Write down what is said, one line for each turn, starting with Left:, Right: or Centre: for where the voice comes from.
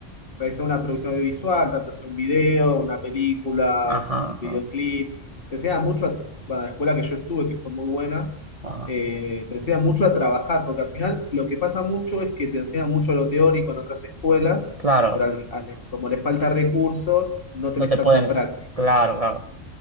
Left: realizar una producción audiovisual, tanto sea un video, una película,
Right: ajá,
Left: un
Right: ajá,
Left: videoclip. Te enseña mucho, a- bueno, la escuela que yo estuve, que fue muy buena,
Right: ajá.
Left: eh, te enseña mucho a trabajar, porque al final lo que pasa mucho es que te enseñan mucho lo teórico en otras escuelas,
Right: Claro,
Left: pero al- al- como les falta recursos, no tenés
Right: no te
Left: tanta
Right: pueden...
Left: práctica.
Right: Claro, claro.